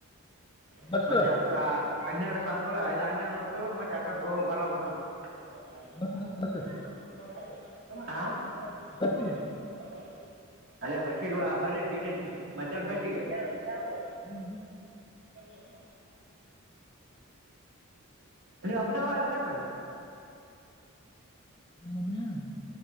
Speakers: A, on the right; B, on the left.
A: <unintelligible>
B: ಬಸ್
A: ಹನ್ನರಡು ಸಾವಿರ ರೂಪಾಯಿ ಐ್ ಹನ್ನೆಡುೂರು ರೂಪಾಯಿ್ ಮತ್ತೆ ಆಟ ಬರಬೇಕಂದ್ರ ಹ <unintelligible>
B: ಬಸ್ ಬಸ್ ಬಸ್ ಬಸ್ಸಿಗೆ
A: ಅದೇ ಬಸ್ಿಗೆ ಬರೀ ಸೀಟಿ ಮಧ್ಯಾಹ್ನ ಬಸಿಗೆ ಕೆಳ ಇದ ಇದಾವರು <unintelligible>
B: ಹೌದ
A: <unintelligible> ನೀ ಅಪನೆ ಬಾ ಎಲ್ಲಿತನ್
B: ಒಬ್ಯಾನೆನ